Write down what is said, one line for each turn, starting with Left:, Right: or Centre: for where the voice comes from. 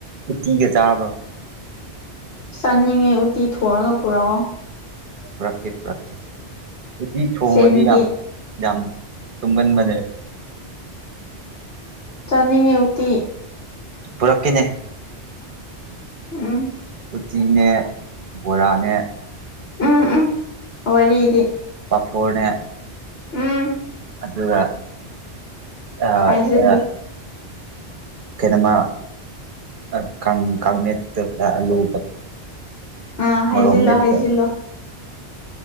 Right: ꯇꯤꯒ ꯆꯥꯕ꯭ꯔꯣ
Left: ꯆꯥꯅꯤꯡꯉꯦ ꯎꯇꯤ ꯊꯣꯡꯉꯒ ꯄꯨꯔꯛꯑꯣ
Right: ꯄꯨꯔꯛꯀꯦ ꯐꯔꯛꯀꯦ ꯎꯇꯤ ꯊꯣꯡꯉꯗꯤ
Left: ꯆꯤꯟꯗꯤ
Right: ꯌꯥꯝ ꯌꯥꯝ ꯇꯨꯒꯟ ꯃꯅꯦ
Left: ꯆꯅꯤꯡꯉ ꯎꯇꯤ
Right: ꯄꯨꯔꯛꯈꯤꯅꯦ
Left: ꯎꯝ
Right: ꯁꯨꯇꯤꯅꯦ ꯕꯣꯔꯥꯅꯦ
Left: ꯎꯝ ꯎꯝ ꯍꯔꯗꯤ
Right: ꯄꯐꯣꯅꯦ
Left: ꯎꯝ
Right: ꯑꯗꯨꯅ ꯑ
Left: ꯍꯥꯏꯖꯤꯜꯂꯣ
Right: ꯑ ꯀꯩꯅꯃ ꯑ ꯀ ꯀꯃꯛꯇ ꯑꯂꯨ
Left: ꯑꯥ ꯍꯥꯏꯖꯤꯜꯂꯣ
Right: ꯃꯔ ꯃꯠꯇ꯭ꯔ
Left: ꯍꯥꯏꯖꯤꯜꯂꯣ